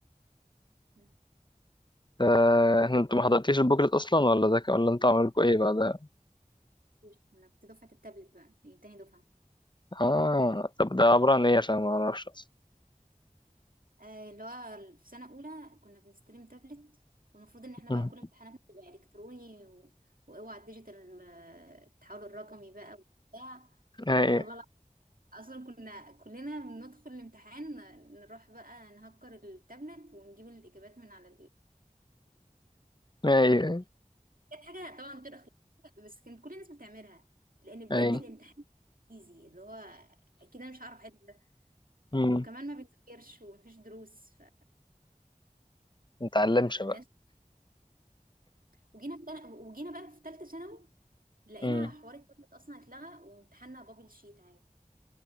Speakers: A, on the right (about 85°); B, on the left (about 35°).
A: مم.
B: آه، احنا انتوا ما حضرتيش البوكلت اصلا ولا ده ك- ولا انتوا عملكوا ايه بقى ده
A: مفيش. انا كنت دفعة التابلت بقى يعني تاني دفعة
B: اه طب ده عباره عن ايه عشان ما اعرفش اصلا
A: آه اللي هو في سنة أولى كنا بنستلم تابلت والمفروض إن احنا
B: مم.
A: بقى كل امتحاناتنا تبقى إلكتروني و... وأوعى الديجيتال آه، التحول الرقمي بقى وبتاع
B: ايوه
A: بجد والله لا. أصلا كنا كلنا بندخل الامتحان نروح بقى نهكر التابلت ونجيب الإجابات من على
B: ايوه
A: كانت حاجة طبعا غير أخلاقية بس كانت كل الناس بتعملها لأن بجد
B: ايوه
A: الامتحان ايزي اللي هو أكيد أنا مش هعرف أحل ده
B: ما
A: وكمان ما بنذاكرش ومفيش دروس ف...
B: نتعلمش
A: فما
B: بقى
A: كانش وجينا في تل... وجينا بقى في تالتة ثانوي لقينا
B: مم.
A: حوار التابلت أصلا اتلغى وامتحاننا بابل شيت عادي